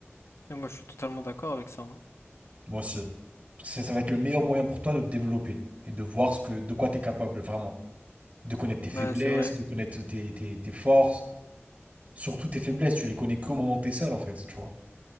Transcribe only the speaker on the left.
Et moi, je suis totalement d'accord avec ça. hein.
Ouais, c'est vrai.